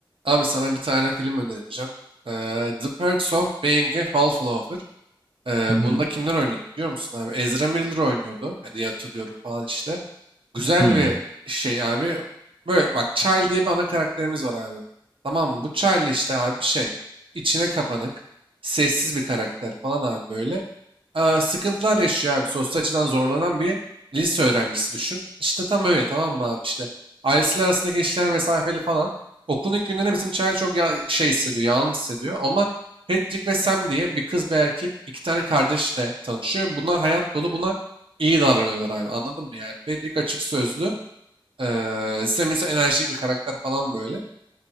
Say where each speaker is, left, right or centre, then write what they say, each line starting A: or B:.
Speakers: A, on the right; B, on the right.
A: Abi sana bir tane film önereceğim. Ee, The Perks of Being a Wallflower. Ee,
B: Hı hı.
A: bunda kimler oynuyordu biliyor musun abi? Ezra Miller oynuyordu e, diye hatırlıyorum falan işte. Güzel
B: Hı.
A: bir şey abi. Böyle bak Charlie diye bir ana karakterimiz var abi. Tamam mı? Bu Charlie işte abi şey. içine kapanık. Sessiz bir karakter falan abi böyle. Ee, sıkıntılar yaşıyor abi. Sosyal açıdan zorlanan bir lise öğrencisi düşün. İşte tam öyle tamam mı abi işte. Ailesiyle arasındaki ilişkiler mesafeli falan. Okulun ilk günlerinde bizim Charlie çok ya şey hissediyor. Yalnız hissediyor. Ama Patrick ve Sam diye bir kız bir erkek iki tane kardeşle tanışıyor. ve Bunlar hayat dolu buna iyi davranıyorlar abi anladın mı yani? Patrick açık sözlü. eee Sam ise enerjik bir karakter falan böyle.